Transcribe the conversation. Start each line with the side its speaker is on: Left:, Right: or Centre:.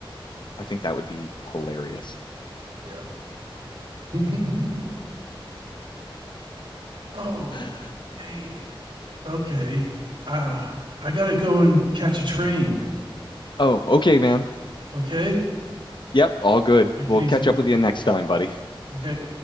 Left: I think that would be hilarious.
Right: Yeah. <laughs> Oh,
Left: <laughs>
Right: dang. Okay. Uh, I gotta go and catch a train.
Left: oh, okay, man.
Right: Okay.
Left: Yep, all good.
Right: Take
Left: We'll
Right: it easy.
Left: catch up with you next time, buddy.
Right: Okay.